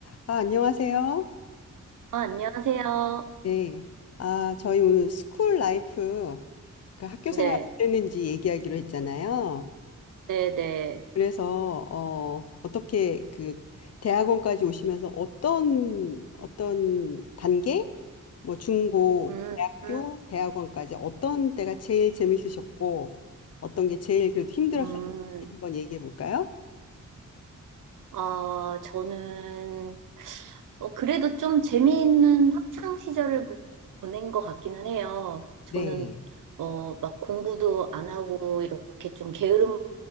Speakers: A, on the left (about 55°); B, on the right (about 80°).
A: 아, 안녕하세요.
B: 아, 안녕하세요.
A: 네. 아, 저희 오늘 스쿨 라이프, 그 학교
B: 네,
A: 생활 어땠는지 얘기하기로 했잖아요.
B: 네, 네.
A: 그래서, 어, 어떻게 그 대학원까지 오시면서 어떤, 어떤 단계? 뭐 중고,
B: 음,
A: 대학교,
B: 음,
A: 대학원까지 어떤 때가 제일 재밌으셨고, 어떤 게 제일 그래도 힘들었었는지
B: 음.
A: 한번 얘기해 볼까요?
B: 아, 저는, 어, 그래도 좀 재미있는 학창 시절을 보- 보낸 것 같기는 해요. 저는,
A: 네.
B: 어, 막 공부도 안 하고, 이렇게 좀 게으름